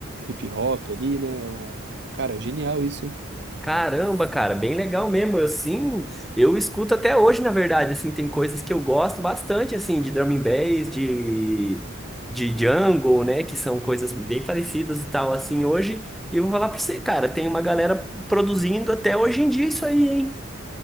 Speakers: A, on the right; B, in the centre.
A: hip hop ali, né? Um, cara, genial isso, hein?
B: Caramba, cara, bem legal mesmo. Eu sim, eu escuto até hoje, na verdade, assim, tem coisas que eu gosto bastante, assim, de drum and bass, de, de jungle, né, que são coisas bem parecidas e tal, assim, hoje. E eu vou falar pra você, cara, tem uma galera produzindo até hoje em dia isso aí, hein?